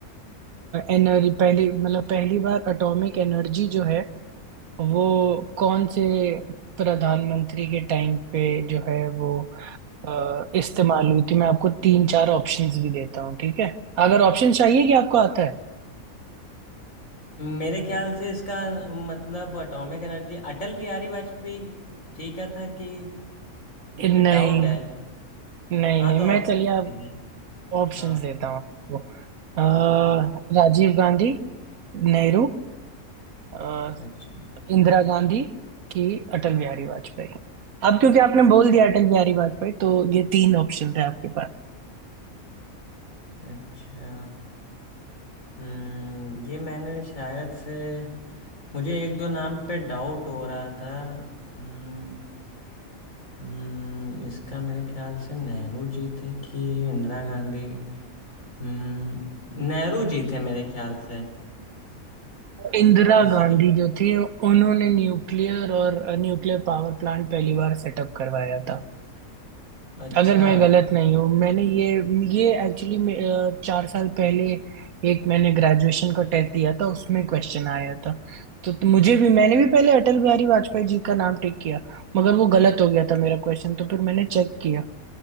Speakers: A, on the right; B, on the left.
A: एनर्जी पहली मतलब पहली बार एटॉमिक एनर्जी जो है वो कौन से प्रधानमंत्री के टाइम पे जो है वो अ, इस्तेमाल हुई थी मैं आपको तीन चार ऑप्शंस भी देता हूँ ठीक है अगर ऑप्शन चाहिए कि आपको आता है
B: मेरे ख्याल से इसका मतलब एटॉमिक एनर्जी अटल बिहारी वाजपेयी ठीक है था कि मुझे
A: नहीं
B: डाउट है
A: नहीं
B: हाँ
A: नहीं
B: तो
A: मैं
B: ऑप्शन
A: चलिए आप
B: दीजिए
A: ऑप्शंस
B: हाँ
A: देता हूँ आपको अ,
B: ठीक है
A: राजीव गांधी नेहरू अ,
B: अच्छा
A: इंदिरा गांधी की अटल बिहारी वाजपेयी अब क्योंकि आपने बोल दिया अटल बिहारी वाजपेयी तो ये तीन ऑप्शन थे आपके
B: अच्छा हम्म ये मैंने शायद से मुझे एक दो नाम पे डाउट हो रहा था हम्म हम्म, इसका मेरे ख्याल से नेहरू जी थे कि इंदिरा गांधी हम्म नेहरू जी थे मेरे ख्याल से
A: इंदिरा
B: इसी
A: गांधी
B: को
A: जो थी उन्होंने न्यूक्लियर और न्यूक्लियर पावर प्लांट पहली बार सेटअप करवाया था
B: अच्छा
A: अगर मैं गलत नहीं हूँ मैंने ये ये एक्चुअली चार साल पहले एक मैंने ग्रेजुएशन का टेस्ट दिया था उसमें क्वेश्चन आया था तो, तो मुझे भी मैंने भी पहले अटल बिहारी वाजपेयी जी का नाम टिक किया मगर वो गलत हो गया था मेरा क्वेश्चन तो फिर मैंने चेक किया